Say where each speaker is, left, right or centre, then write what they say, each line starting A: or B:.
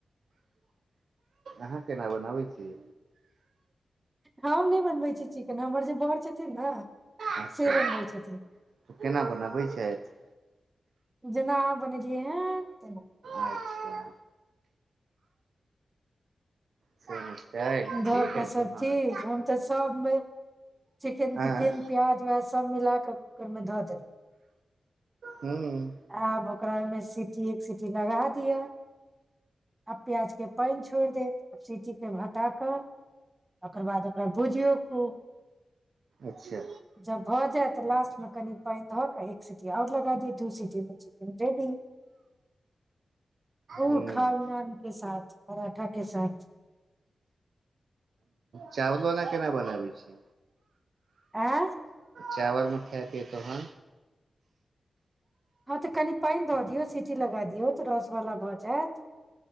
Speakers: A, on the right; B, on the right.
A: अहाँ केना बनाबै छीिय
B: हम नहि बनबै छी चिकेन हमर जे बड़ छथिन ने
A: अच्छा
B: से बनबै छथिन
A: तऽ केना बनबै छथि
B: जेना बनेलियै ह
A: अच्छा सेमेस्टर
B: दऽ
A: ठीक
B: कऽ
A: है
B: सभचीज
A: तोहन
B: हम तऽ सभमे चिकेन
A: आँ
B: तिकेन प्याज उ्याज सभ मिला कऽ ओकरमे धऽ देतै
A: हूँ
B: आब ओकरा ओहिमे सी सीटी एक सीटी लगा दिअ आब प्याज के पानि छोड़ देत सीटी के भक पटा कऽ ओकर बाद ओकरा भुजियौ खूब
A: अच्छा
B: जब भऽ जायत लास्ट मे कनि पानि ध क एक सीटी आओर लगा दिय दू सीटी मे चिकेन रेडी ओ
A: हूँ
B: खाउ नान के साथ पराठा के साथ
A: चावलना केना बनाबै छै
B: आँ
A: चावलमे खाकेऽ अय तोहन
B: हँ तऽ कनि पानि धऽ दियौ सीटी लगा दियौ तऽ रसवला भऽ जायत